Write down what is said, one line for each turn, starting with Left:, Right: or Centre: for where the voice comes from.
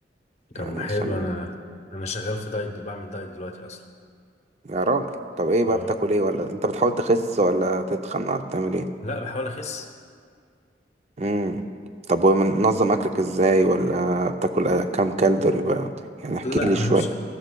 Left: طب
Right: يعني
Left: ما
Right: عشان
Left: حلو انا انا شغال في دايت دل- بعمل دايت دلوقتي اصلا
Right: يا راجل طب ايه بقى
Left: اه
Right: بتاكل ايه ولا انت بتحاول تخس ولا تتخن ولا بتعمل ايه
Left: لا بحاول اخس
Right: امم طب ومنظم اكلك ازاي ولا بتاكل كام كالوري بقى يعني احكي
Left: لا
Right: لي شوية
Left: انا مش